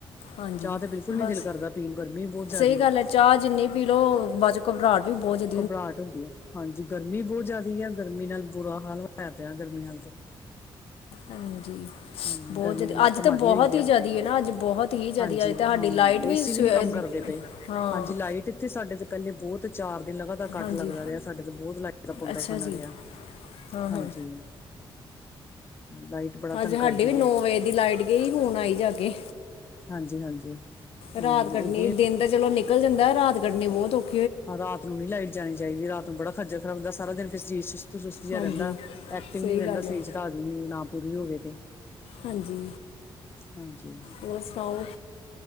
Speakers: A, on the left; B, on the left.
A: ਹਾਂਜੀ
B: ਚਾਹ ਤੇ ਬਿਲਕੁਲ
A: ਬਸ
B: ਨੀ ਦਿਲ ਕਰਦਾ ਪੀਣ ਗਰਮੀ ਬੋਤ ਜੈਦੀ
A: ਸਹੀ ਗੱਲ
B: ਏ।
A: ਹੈ ਚਾਹ ਜਿੰਨੀ ਪੀ ਲਓ ਬਾਚ ਘਬਰਾਹਟ ਵੀ ਬੋਤ ਜ
B: ਘਬਰਾਹਟ ਹੁੰਦੀ ਐ, ਹਾਂਜੀ, ਗਰਮੀ ਬਹੁਤ ਜੈਦੀ ਆ, ਗਰਮੀ ਨਾਲ ਬੁਰਾ ਹਾਲ ਹੋਇਆ ਪਿਆ ਗਰਮੀ ਨਾਲ ਤੇ।
A: ਹਾਂਜੀ।
B: ਹੂੰ
A: ਬੋਤ
B: ਗਰਮੀ
A: ਜ
B: ਨੇ ਮੱਤ
A: ਅੱਜ
B: ਮਾਰੀ
A: ਤਾਂ ਬਹੁਤ
B: ਹੋਈ
A: ਈ
B: ਹੈ।
A: ਜੈਦੀ ਐ ਨਾ, ਅੱਜ ਬਹੋਤ ਈ ਜੈਦੀ
B: ਹਾਂਜੀ
A: ਐ ਤੁਹਾਡੀ
B: ਹਾਂ
A: ਲਾਈਟ ਵੀ
B: ਏਸੀ
A: ਸਵੇ
B: ਨੀ ਕੰਮ ਕਰਦੇ ਪਏ।
A: ਹਾਂ।
B: ਹਾਂਜੀ ਲਾਈਟ ਇੱਥੇ ਸਾਡੇ ਤੇ ਪਹਿਲੇ ਬੌਤ ਚਾਰ ਦਿਨ ਲਗਾਤਾਰ ਕੱਟ
A: ਹਾਂਜੀ
B: ਲੱਗਦਾ ਰਿਆ, ਸਾਡੇ ਤੋਂ ਬੌਤ ਲਾਈ ਦਾ ਪੰਗਾ
A: ਅੱਛਾ
B: ਖਾਂਦਾ
A: ਜੀ
B: ਰਿਆ।
A: ਹਾਂ ਹਾਂ
B: ਹਾਂਜੀ, ਲਾਈਟ ਬੜਾ ਤੰਗ
A: ਸਾਡੀ
B: ਕਰਦੀ
A: ਵੀ ਨੌ
B: ਹੈ
A: ਵਜੇ ਦੀ ਲਾਈਟ ਗਈ, ਹੁਣ ਆਈ ਜਾ ਕੇ।
B: ਹਾਂਜੀ-ਹਾਂਜੀ। ਹਾਂ
A: ਰਾਤ ਕੱਢਨੀ,
B: ਏਦੇ
A: ਦਿਨ ਤਾਂ ਚਲੋ ਨਿਕਲ ਜਾਂਦਾ, ਰਾਤ ਕੱਢਣੀ ਬਹੁਤ ਓਖ
B: ਹਾਂ, ਰਾਤ ਨੂੰ ਨੀ ਲਾਈਟ ਜਾਣੀ ਚਾਈਦੀ, ਰਾਤ ਨੂੰ ਬੜਾ ਖੱਜਲ ਖਰਾਬ ਹੁੰਦਾ ਸਾਰਾ ਦਿਨ ਫਿਰ ਸਰੀਰ ਸੁਸਤ-ਸੁਸਤ ਸੀਆ
A: ਹਾਂਜੀ
B: ਰਹਿੰਦਾ, ਐਕਟਿਵ
A: ਸਹੀ
B: ਨਈ ਰਹਿੰਦਾ
A: ਗੱਲ ਹੈ
B: ਸੀਸ ਰਾਤ ਦੀ ਨੀਂਦ ਨਾ ਪੂਰੀ ਹੋਵੇ ਤੇ।
A: ਹਾਂਜੀ,
B: ਹਾਂਜੀ।
A: ਹੋਰ ਸੁਣਾਓ।